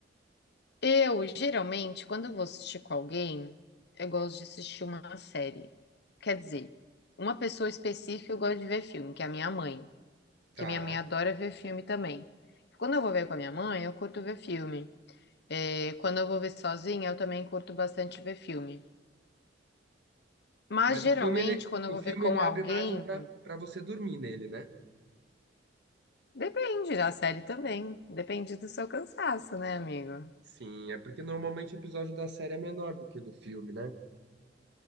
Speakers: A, on the left; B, on the right.
A: Eu, geralmente, quando eu vou assistir com alguém, eu gosto de assistir uma série. Quer dizer, uma pessoa específica eu gosto de ver filme, que é a minha mãe.
B: Tá.
A: Que minha mãe adora ver filme também. Quando eu vou ver com a minha mãe, eu curto ver filme. É, quando eu vou ver sozinha, eu também curto bastante ver filme. Mas
B: Mas
A: geralmente,
B: o filme ele
A: quando eu
B: o
A: vou
B: filme
A: ver com
B: ele abre
A: alguém,
B: margem pra para você dormir nele, né?
A: depende da série também. Depende do seu cansaço, né, amigo?
B: Sim, é porque normalmente o episódio da série é menor do que o do filme, né?